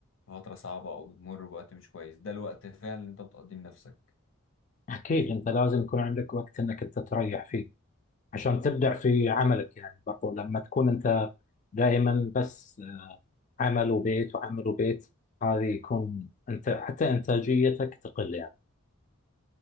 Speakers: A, on the left; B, on the left.
A: فترة صعبة أو بتمر بوقت مش كويس ده الوقت فعلا اللي أنت بتقضيه لنفسك
B: اكيد انت لازم يكون عندك وقت انك انت تريح فيه عشان تبدع في عملك يعني برضو لما تكون انت دائما بس آه، عمل وبيت وعمل وبيت هذه يكون انت حتى انتاجيتك تقل يعني